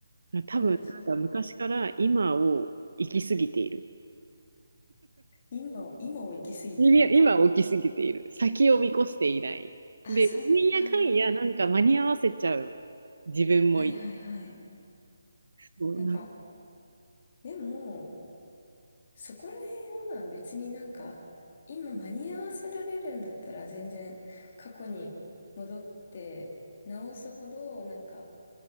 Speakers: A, on the right; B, on the left.
A: 多分なんか昔から今を生きすぎている。
B: ん。えーそれを、今を、今を生きすぎているか。
A: 今を生きすぎている。先を見越していない。
B: あ、
A: で、
B: そっか。
A: なんやかんやなんか間に合わせちゃう自分もいる
B: はいはいはい。
A: そうなんか
B: なんか、でも、そこら辺は別になんか、今間に合わせられるんだったら全然過去に戻って直すほど、なんか